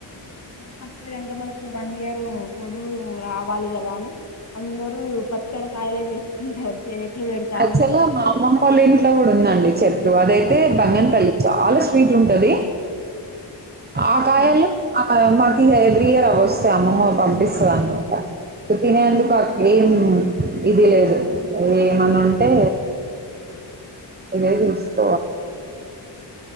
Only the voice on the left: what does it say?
ఫస్ంటే మనకు వన్ ఇయర్ పొడు రావాలి కదా అని అందరుూ ఎక్కడకాయలు చేసుకుంటారు పెడతా
ఉంటారు
ఓకే